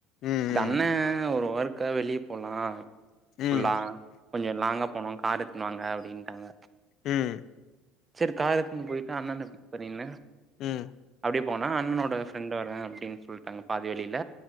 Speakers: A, on the left; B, on the right.
A: ம்
B: தண்ணே ஒரு ஒர்க்கா வெளி போலா
A: ம் ம்
B: ஃபுல்லா கொஞ்ச லாங்கா போனோ கார் எத் துன் வாங்க அப்டின்ட்டாங்க
A: ம்
B: செரி காரு துன் போயிட்டு அண்ணன பிக் பண்ணிங்னு
A: ம்
B: அப்டே போனா அண்ணனோட ஃப்ரெண்ட் வரே அப்டின் சொல்ட்டாங்க பாதி வழில